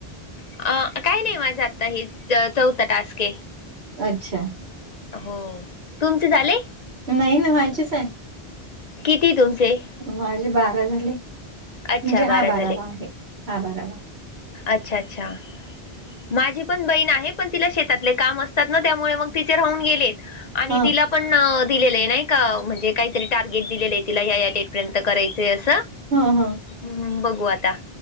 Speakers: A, on the left; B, on the right.
A: अ काय नाही माझं आता हे चौथ टास्क
B: अच्छा.
A: हो तुमचे झाले?
B: नाही ना व्हायचीच आहे.
A: किती तुमचे?
B: माझे बारा झाले.
A: अच्छा
B: म्हणजे
A: बारा
B: हा बारावा
A: झाले
B: आहे हा बारावा.
A: अच्छा अच्छा. माझी पण बहीण आहे. पण तिला शेतातले काम असतात ना. त्यामुळे मग तिचे राहून गेलेत. आणि
B: हा
A: तिला पण दिलेलं आहे नाही का. म्हणजे काहीतरी टार्गेट दिलेलं आहे तिला. या या डेट पर्यंत करायचय असं.
B: हम हम
A: हम् बघू आता.